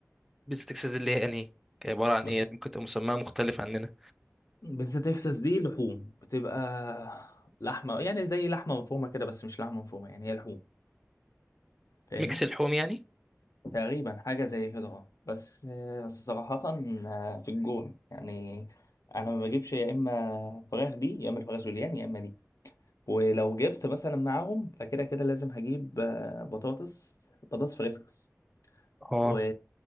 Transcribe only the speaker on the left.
بص
بيتزا تكساس دي لحوم بتبقى لحمة يعني زي لحمة مفرومة كده بس مش لحمة مفرومة يعني هي لحوم فاهمني
تقريبا حاجة زي هجرة بس بس صراحة آه، في الجون يعني أنا ما بجيبش يا إما فراخ دي يا إما الفراخ جوليان يا إما دي ولو جبت مثلا معاهم فكده كده لازم هجيب آه، بطاطس بطاطس فريسكس
و...